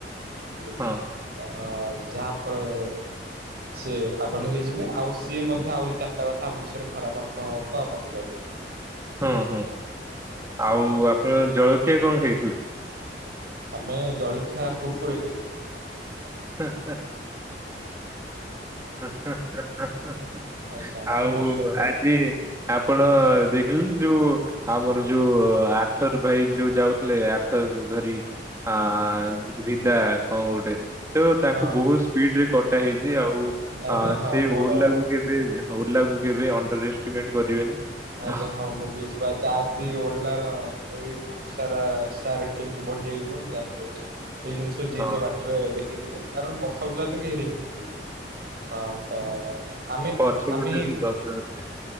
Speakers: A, on the right; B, on the right.
A: ବୁଝିଲି
B: ହଁ
A: ଅ ଯାହା ଫଳରେ ସିଏ ପାଗଲ ହେଇଯିବେ ଆଉ ସିଏ ମଧ୍ୟ ଆହୁରି ଚାରିଟା କଥା ଆମ ବିଶୟରେ ଖରାପ୍ ଆ <unintelligible> ମତେ କହି
B: ହଁ ହୁଁ
A: ହଁ
B: ଆଉ ଆପଣ ଜଳଖିଆ କଣ ଖାଇଥିଲେ?
A: ଆମେ ଜଳିଖିଆ କୁର କୁରି ଖାଇଥିଲୁ।
B: ହେଁ ହେଁ ହେଁ ହେଁ ହେଁ
A: ଆଚ୍ଛା ଆପଣ
B: ଆଉ
A: ହସୁଛନ୍ତି ତାହେଲେ।
B: ଆଜି ଆପଣ ଦେଖିଲେ ଯୋଉ ଆମର ଯୋଉ ଆଥର ଭାଇ ଯୋଉ ଯାଉଥିଲେ ଆଥର ଧରି ଆଁ ବିଦା କଣ ଗୋଟେ। ତ ତାଙ୍କୁ
A: ହଁ
B: ବହୁତ୍
A: ହଁ
B: ସ୍ପିଡ ରେ କଟା ହେଇଛି ଆଉ
A: ଆଜ୍ଞା
B: ଆ
A: ହଁ
B: ସେ
A: ମୋର
B: ଓଲାକୁ କିଏ? ପେ ହଁ ଓଲା କୁ କେବେ ଅଣ୍ଡର ଏଷ୍ଟିମେଟ୍ କରିବେନି। ତ
A: ଆଜ୍ଞା ହଁ ମୁଁ ବୁଝିପାରୁଛି ଆଜି ଓଲାର ଆହୁରି ସାରା ସାର ଟିହୁ କୁ ବଢିଯାଇଥିବ ମୁଁ ଜାଣିପାରୁଛି ଏଇ ଜିନିଷ ଯିଏ
B: ହଁ
A: ଯିଏ ବାଟରେ ଦେଖିଥିବେ କାରଣ ବର୍ଷା ହଉଥିଲା ତ କେହି ଦେଖି ନଥିବେ। ହଁ ତ ଆମେ
B: ପଛ
A: ଆମେ
B: ଗୋଟେ
A: ହଁ
B: ତୁ ଦଶ ଅଛି।